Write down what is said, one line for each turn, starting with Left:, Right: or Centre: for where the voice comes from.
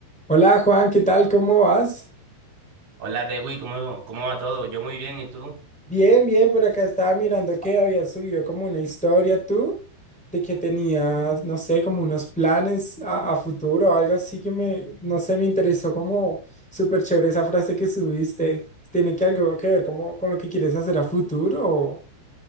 Centre: Hola Juan, ¿qué tal? ¿Cómo vas?
Right: Hola, Dewi, ¿cómo, cómo va todo? Yo muy bien, ¿y tú?
Centre: Bien, bien, por acá estaba mirando que habías subido como una historia tú, de que tenías, no sé, como unos planes a, a futuro o algo así que me, no sé, me interesó como súper chévere esa frase que subiste. ¿Tiene que algo que ver como con lo que quieres hacer a futuro o,